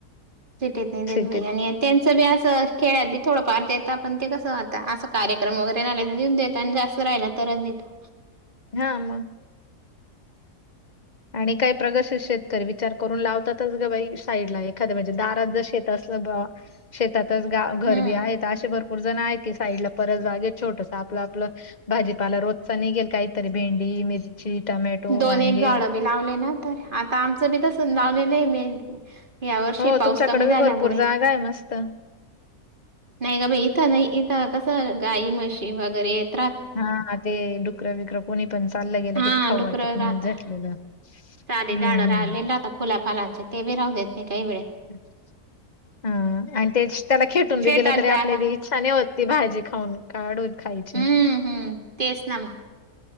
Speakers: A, on the right; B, on the left.
A: सिटीत नाही देत
B: सिटीत
A: बयी. आणि त्यांच बी अस खेड्यात बी थोडफार देतात. पण ते कस आता अस कार्यक्रम वगैरे राहिल तर दीऊन देता ना जास्त. रायला तरच देतात.
B: हा मग आणि काही प्रगसित शेतकरी विचार करून लावतातच ग बाई साईडला एखाद्या म्हणजे दारात जर शेत तसल बवा शेतातच गा घरबी
A: हम्म
B: आहेत असे भरपूर जण आहेत. की साईड ला परस बागेत छोटस आपल आपल भाजीपाला रोजचा निघेल काहीतरी भेंडी, मिर्ची ची टोमॅटो,
A: दोन
B: वांगे
A: एक झाडं बी लावले ना तर आता आमच बी तसच लावलेल आहे मी. या वर्षी
B: हो
A: पाऊस
B: तुमच्याकडे
A: कमी
B: बी
A: झाल्यामुळे
B: भरपूर जागा आहे मस्त.
A: नाही ग बाई इथ नाही इथ कस गाई म्हशी वगैरे आहेत.
B: हा ते डुकर बिकर कोणी पण चालल गेल
A: हा
B: कि ते खाऊ
A: डुकरं
B: वाटत नाही
A: राहता.
B: झटलेल हम्म
A: साधे झाडं राहिलेले
B: हम्म
A: राहता फुला फालांचे ते बी राहू देत नाही काही वेळे.
B: <inaudible> ह आणि ते त्याला खेटून बी
A: शेतात
B: गेल तरी
A: जागा
B: आपल्या त इच्छा नाही होत ती भाजी खाऊन काढूून खायची.
A: हम्म हम्म तेच ना म